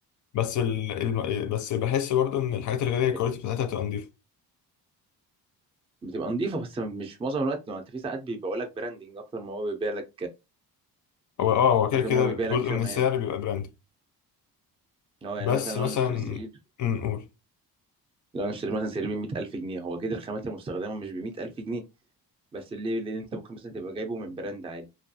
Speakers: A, on the left; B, on the right.
A: بس ال... الم... بس بحس برضو ان الحاجات الغاليه الكواليتي
B: ال-
A: بتاعتها بتبقى نضيفة
B: بتبقى نظيفه بس مش معظم الوقت ما انت في ساعات بيبيعوا لك براندنج اكتر ما هو بيبيع لك
A: هو اه هو كده
B: اكتر
A: كده
B: ما هو بيبيع لك
A: جزء
B: خامه
A: من السعر
B: يعني
A: بيبقى براند
B: هو يعني
A: بس
B: مثلا
A: مثلا
B: لو انا اشتري سرير
A: أمم، نقول
B: لو انا اشتري مثلا سرير ب 100000 جنيه هو كده الخامات المستخدمه مش ب 100000 جنيه بس ليه لان انت ممكن مثلا تبقى جايبه من براند عالي